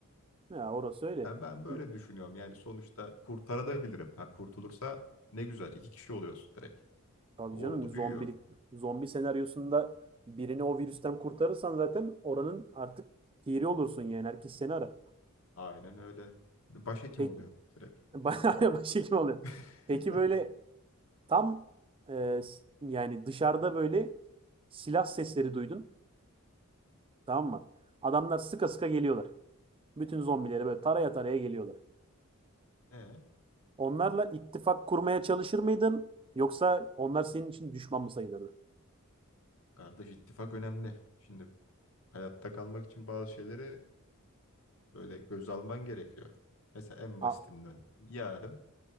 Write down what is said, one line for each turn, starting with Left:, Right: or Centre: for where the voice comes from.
Right: Ya orası öyle.
Left: Ben ben böyle
Right: Hı,
Left: düşünüyorum. Yani sonuçta kurtarabilirim. Ha kurtulursa ne güzel. İki kişi oluyoruz direkt.
Right: Tabii
Left: Ordu
Right: canım zombilik
Left: büyüyor.
Right: zombi senaryosunda birini o virüsten kurtarırsan zaten oranın artık piri olursun yani herkes seni arar.
Left: Aynen öyle. Başhekim
Right: Peki
Left: oluyor
Right: <laughs>
Left: direkt.
Right: Bayağı
Left: Heh.
Right: başhekim oluyor.
Left: <laughs>
Right: Peki böyle tam e, yani dışarıda böyle silah sesleri duydun. Tamam mı? Adamlar sıka sıka geliyorlar. Bütün zombileri böyle taraya taraya geliyorlar.
Left: E,
Right: Onlarla ittifak kurmaya çalışır mıydın? Yoksa onlar senin için düşman mı sayılırdı?
Left: kardeş ittifak önemli. Şimdi hayatta kalmak için bazı şeyleri böyle göz alman gerekiyor. Mesela en
Right: Aa,
Left: basitinden yarın